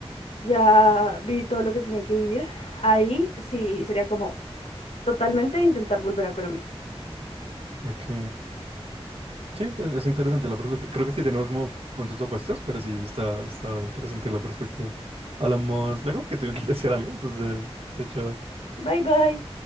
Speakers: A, on the left; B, on the right.
A: ya viví todo lo que tenía que vivir, ahí sí sería como totalmente intentar volver a Colombia.
B: Ok. Sí, pues, es interesante la perspectiva. Creo que sí tenemos como puntos opuestos, pero sí está, está interesante la perspectiva. Hablamos luego, que tengo que ir a hacer algo, entonces, chao, chao.
A: Bye bye.